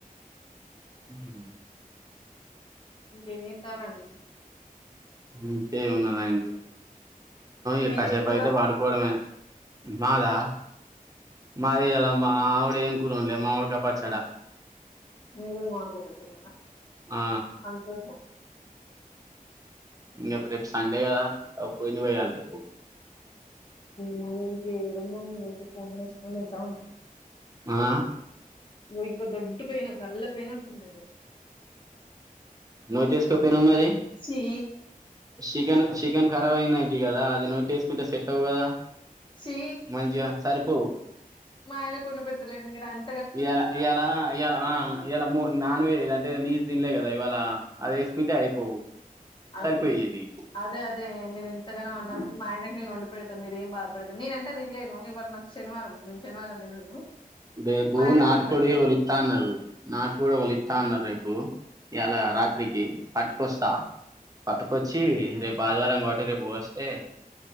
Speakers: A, on the right (about 25°); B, on the left (about 30°).
A: ఉమ్
B: ఇంకేమి ఇతారాడి
A: ఇకే ఉన్నదాండి త
B: మీరేం
A: కష పయితే
B: కూర
A: పడుకోడమే మాదా మాది మా అవిడ ఏం కురుంలేమ్ మా అడ కాపాచ్చడా
B: మీది కూడా మామిడికాయ పచ్చడేనా
A: ఆ
B: సంతోషం
A: ఇకా రేపు సండేగాద ఒక కోడిని కోయలి రేపు
B: ననికి ఏడుంద మీ పోని వసుకని తింటా ఉంట
A: ఆ
B: ఇంకో దొడ్డు పెయిన్ నల్ల పెయిన్ వచ్చిందండి
A: నువ్వు తీసుకో పోయినవ్ మరి
B: చీ
A: చికెన్ చికెన్ ఖరాబ్ అయింది ఈ కదా అది నోట్లే వేసుకుంటే సెట్ అవు కదా
B: చి
A: మంచిగా సరిపోవు
B: మా ఆయన కొండ పెతలేండి మీరు అయన
A: ఈయాల ఈయాల ఈయాల ఆ ఈయాల నాన్వేజ్ అంటే నీచు తిన్లే కదా ఇవాళ అది వేసుకుంటే అయిపోవు
B: అదే
A: సరిపోయేది
B: అదే అదే మీరు ఇంత గానం అన్నందుకు మా ఆయనకు నేను వండి పెడతా మీరు ఏం బాధపడతారు నేనంటే తిలేను ఇవన్న నా శనివారం నేను శనివారం తినను
A: రేపు
B: మా ఆయన
A: నాటుకోడి
B: కొండి పెడతా
A: వోలిత్త అన్నారు నాటు కూడా ఒకలిత్తా అన్నారు రేపు <inaudible> ఈయాల రాత్రికి పట్టుకొస్తా పట్టుకొచ్చి రేపు ఆదివారం గాబట్టి రేపు కోస్ ఏ